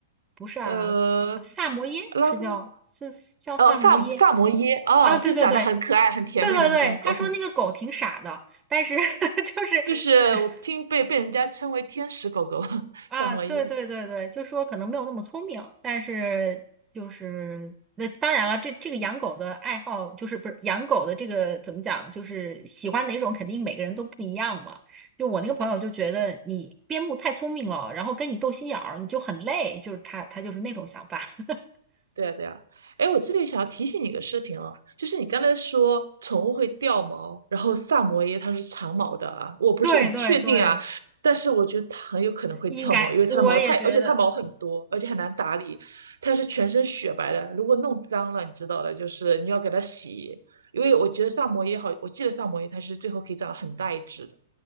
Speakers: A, on the right (about 20°); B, on the right (about 65°).
A: 不是阿拉斯，
B: 呃，
A: 呃萨摩耶是叫是是叫萨摩耶
B: 拉布拉多，哦，萨姆萨摩耶，哦，
A: 啊，对对对。
B: 就长得很可爱、很甜美的那种狗，
A: 对对对，他说那个狗挺傻的，
B: <laughs>
A: 但是 <laughs> 就是
B: 就是我听被被人家称为天使狗狗，
A: <laughs>
B: <laughs>
A: 啊，
B: 萨摩耶。
A: 对对对对，就说可能没有那么聪明，但是就是那当然了，这这个养狗的爱好就是不是养狗的这个怎么讲，就是喜欢哪种肯定每个人都不一样嘛。就我那个朋友就觉得你边牧太聪明了，
B: 是的。
A: 然后跟你斗心眼儿，你就很累，就是他他就是那种想法。<laughs>
B: 对呀，对呀，哎，我这里想要提醒你一个事情哦，就是你刚才说宠物会掉毛，然后萨摩耶它是长毛的啊，我不是很确定啊，
A: 对对对，
B: 但是我觉得它很有可能会掉毛，
A: 应该我也觉得。
B: 因为它的毛太，而且它毛很多，而且很难打理，它是全身雪白的，如果弄脏了，你知道的，就是你要给它洗，因为我觉得萨摩耶好，我记得萨摩耶它是最后可以长得很大一只的，